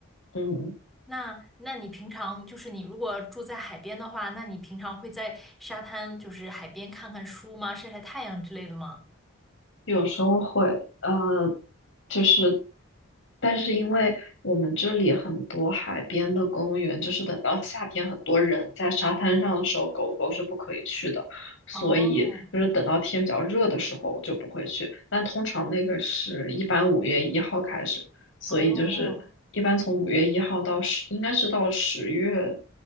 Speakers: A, on the left; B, in the centre.
A: 嗯，
B: 那那你平常就是你如果住在海边的话，那你平常会在沙滩就是海边看看书吗？晒晒太阳之类的吗？
A: 有时候会，呃，就是，但是因为我们这里很多海边的公园，就是等到夏天很多人在沙滩上的时候，狗狗是不可以去的，所以就是等到天比较热的时候就不会去。
B: 哦
A: 但通常那个是一般五月一号开始，所以就是一般从五月一号到十，
B: 哦，
A: 应该是到十月